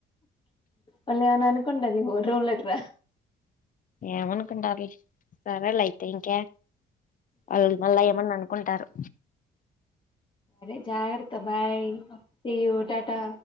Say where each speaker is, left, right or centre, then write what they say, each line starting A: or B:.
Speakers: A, on the left; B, on the left.
A: మళ్ళీ అను అనుకుంటది ఊ రూమ్లక్క
B: ఏమ అన్కండా అి సరాల అయితే ఇంకాే వాళ్ళు మళ్ళా ఏమని అనుకుంటారు
A: అరే జగత బాయ్ సి్య టాటా